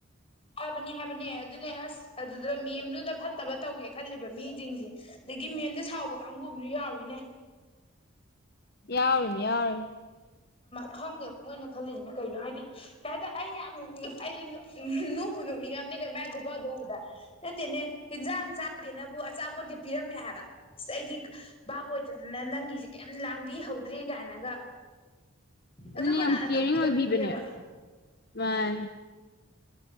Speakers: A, on the left; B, on the left.
A: ꯍꯥꯏꯕꯅꯦ ꯍꯥꯏꯕꯅꯦ ꯑꯗꯨꯅꯦ ꯑꯁ ꯑꯗꯨꯗ ꯃꯦꯝꯗꯨꯗ ꯐꯠ ꯐꯠꯇꯕ ꯇꯧꯒꯦ ꯈꯜꯂꯤꯕ ꯃꯤꯁꯤꯡꯁꯦ ꯑꯗꯒꯤ ꯃꯦꯟꯗ ꯁꯥꯎꯕ ꯀꯥꯡꯕꯨ ꯑꯃꯁꯁꯨ ꯌꯥꯎꯔꯤꯅꯦ
B: ꯌꯥꯎꯅꯤ ꯌꯥꯎꯔ
A: ꯈꯪꯒꯦꯕ ꯃꯣꯏꯅ ꯈꯜꯂꯤꯁꯤꯅ ꯀꯩꯅꯣ ꯍꯥꯏꯗꯤ ꯀꯩ ꯍꯥꯏꯇꯥꯔꯦ ꯑꯩ ꯌꯥꯝ ꯑꯩꯗꯤ ꯄꯨ ꯅꯣꯛꯅꯤꯡꯉꯝꯅꯤ ꯀ ꯃꯥꯏꯅ ꯈꯨꯨꯞꯐꯗ ꯎꯧꯕꯗ ꯅꯠꯇꯦꯅꯦ ꯍꯟꯖꯥꯡ ꯆꯥꯗꯦꯅꯕꯨ ꯑꯆꯥꯄꯣꯠꯇꯤ ꯄꯤꯔꯝꯃꯦ ꯍꯥꯏꯕ ꯑ ꯑꯩꯗꯤ ꯚꯥꯞ ꯑꯣꯏꯗꯗꯅ ꯅꯪꯒꯤꯁꯦ ꯀꯩꯝ ꯂꯥꯡꯕꯤꯍꯧꯗ꯭ꯔꯦ ꯀꯥꯏꯅꯒ
B: ꯑꯗꯨꯅꯦ
A: ꯑꯗꯨ ꯀꯅꯥꯅ
B: ꯌꯥꯝ ꯀꯦꯌꯔꯤꯡ
A: ꯇꯧꯕꯤꯗꯧꯔꯤꯒꯦꯕ
B: ꯑꯣꯏꯕꯤꯕꯅꯦ ꯃꯥꯅꯦ